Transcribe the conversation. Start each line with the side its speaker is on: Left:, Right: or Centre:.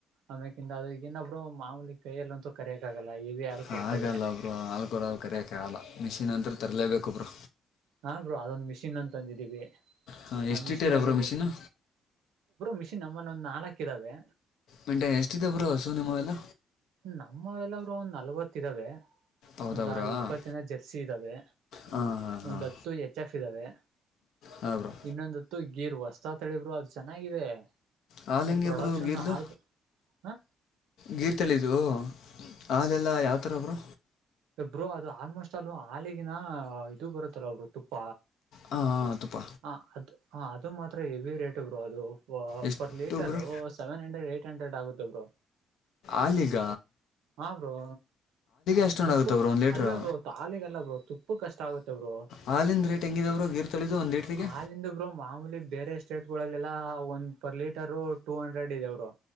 Right: ಆಮ್ಯಕಿಿಂದ ಅ್ರಗ ಇನ್ನೊಬ್ಬರು ಮಾಮೂಲಿ ಕೈಯಲ್ಲ ಅಂತೂ ಕರೆಯಕ್ ಆಗಲ್ಲ ಇವೆ ಯಾರು
Left: ಹಾಗಲ್ಲಬ್ರು
Right: ಕೊಡ್ತವೆ
Left: ಹಾಲು ಕೊಡಲು ಕರಕ್ಕೆೆ ಆಲ್ಲ ಮಿಷಿನ್ ಅಂತತ್ರ ತರಲೇಬೇಕುೊಬ್ರು
Right: ಹಾರರು ಅದೊಂದ ಮಿಷಿನ್ ಅಂತ ತಂದವಿ
Left: ಹಾಂ
Right: ಆ
Left: ಎಷ್ಟಿಟ್ಟಿರ
Right: ಮಿಷಿನ್ಲ್ಲಿ
Left: ಬ್ರೋ ಮಿಷಿನು
Right: ಒ ಮಿಷ ನಮ್ಮಲ್ಲಿ ಒಂದು ನಾಲ್ಕು ಇದ್ದಾವೆ
Left: ಮೆಂಟೆ ಎಷ್ಟಿದೆ ಬ್ರೋ ಹಸು ನಿಮ್ಮವೆಲ್ಲ
Right: ನಮ್ಮ ಎಲ್ಲರು ಒಂದ್ ನಲ್ವತ್ ಇದಾವೆ
Left: ಹೌದಾ
Right: ಒಂದ
Left: ಬ್ರೋ
Right: ಇಪ್ಪತ್ತಿನ
Left: ಹಾಂ
Right: ಜರ್ಸಿ ಇದ್ದಾವೆ
Left: ಹಾಂ
Right: ಒಂದ್
Left: ಹಾಂ
Right: ಹತ್ತು ಎಚ್ ಎಫ್ ಇದ್ದಾವೆ
Left: ಹಾಂ ಬ್ರೋ
Right: ಇನ್ನೊಂದತ್ತು ಗೀರ್ ವಸ್ತಾ ತಳಬರು ಅದು ಜೆನ <unintelligible>
Left: ಹಾಲು ಹೆಂಗೆ
Right: ಪ್ರೊಡಕ್ಷನ್
Left: ಬ್ರೋ ಗೀರ್ದು
Right: ಹ ಹ
Left: ಗೀರ್ ತಳಿದು ಆದೆಲ್ಲ ಯಾವತರ ಒಬ್ರು
Right: ಒಬ್ರು ಅದು ಆಲ್ಮೋಸ್ಟ್ ಅಲ್ಲೂ ಹಾಲಗಿನ ಇದು ಬರುತ್ತಲ್ಲ ಒಬ್ರು ತುಪ್ಪ
Left: ಹಾ ತುಪ್ಪ
Right: ಹ ಅದು ಹ ಅದು ಮಾತ್ರ ಎವಿ ರೇಟ್ ಬರು ಅದು
Left: ಎಷ್ಟು
Right: ಪರ್ litre
Left: bro
Right: seven hundred eight hundred ಆಗುತ್ತ ಬ್ರೋ
Left: ಆಲಿಗ
Right: ಹಾ ಬ್ರೋ
Left: ಅಷ್ಟೊಂದಾಗುತ್ತಾ
Right: ತುಪ್ಪ
Left: ಬ್ರೋ ಒಂದು ಲೀಟ್ರು
Right: ಅಲ್ಲ ಬ್ರೋ ತಾಲಿಗೆಲ್ಲ ಬ್ರೋ ತುಪ್ಪ ಕಷ್ಟ ಆಗುತ್ತೆ ಬ್ರೋ
Left: ಹಾಲಂದ ರೇಟ್ ಹೆಂಗಿದವರು ಗೀರು ತೊಳಿದು ಒಂದುಟರಿಗೆ
Right: ಹಾಲಿಂದ ಮಾಮೂಲಿ ಬೇರೆ ಸ್ಟೇಟ್ ಲ್ಲಲ್ಲಾ ಒಂದ್ ಪರ್ ಲೀಟರ್ ಟೂ ಹಂಡ್ರೆಡ್ ಇದೆವರು